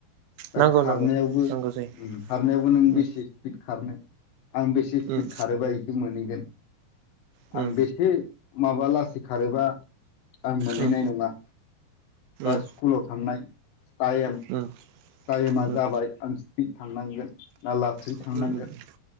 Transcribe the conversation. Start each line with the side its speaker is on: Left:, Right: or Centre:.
Left: दा
Right: नांगौ
Left: खारनायावबो
Right: नांगौ
Left: ओम
Right: नांगौ जायो
Left: खारनायावबो नों
Right: उम
Left: बेसे स्पिड खारनो आं बेसे स्पिट
Right: उम
Left: खारोबा इसे मोनहैगोन
Right: उम
Left: <inaudible> आं बेसे माबा लासै खारोबा आं मोनहैनाय
Right: उम उम
Left: नङा, बा
Right: उम
Left: स्कुलाव थांनाय टायेम
Right: उम उम
Left: टायेमा
Right: उम उम
Left: जाबाय
Right: उम
Left: आं स्फिद थांनांगोन ना लासै
Right: उम
Left: थांनांगोन।
Right: उम